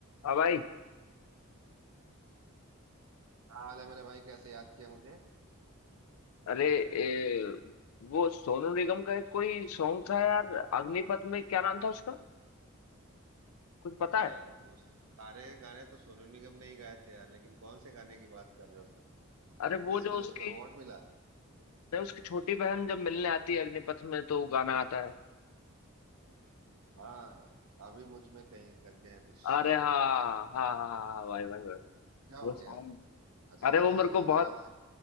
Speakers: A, on the left (about 90°); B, on the right (about 85°).
A: हाँ भाई
B: क्या हाल है मेरे भाई कैसे याद किया मुझे
A: अरे ए, वो सोनू निगम का एक कोई सॉन्ग था यार अग्निपथ में क्या नाम था उसका कुछ पता
B: अच्छा
A: है
B: वो सारे गाने तो सोनू निगम ने ही गाए थे यार लेकिन कौन से गाने की बात कर रहे हो तुम
A: अरे वो
B: जिसके
A: जो
B: लिए
A: उसकी
B: उसको अवार्ड मिला
A: नहीं, उसकी छोटी बहन जब मिलने आती है अग्निपथ में तो वो गाना आता है
B: हाँ हाँ अभी मुझ में कहीं करके है कुछ सॉन्ग
A: अरे हाँ हाँ हाँ हाँ हाँ, भाई भाई भाई
B: क्या हो
A: वो सॉन्ग
B: गया अचानक
A: अरे वो
B: से
A: मेरे
B: ये
A: को
B: गाना
A: बहुत
B: याद आ